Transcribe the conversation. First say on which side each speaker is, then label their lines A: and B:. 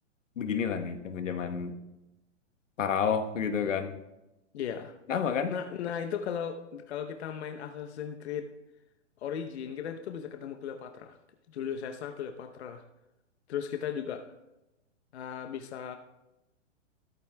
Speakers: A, on the left; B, on the left.
A: beginilah nih, zaman-zaman Parao gitu kan.
B: Iya.
A: Sama kan?
B: Nah, nah itu kalau kalau kita main Assassin's Creed Origin, kita itu bisa ketemu Cleopatra. Julius Caesar, Cleopatra. Terus kita juga ah, bisa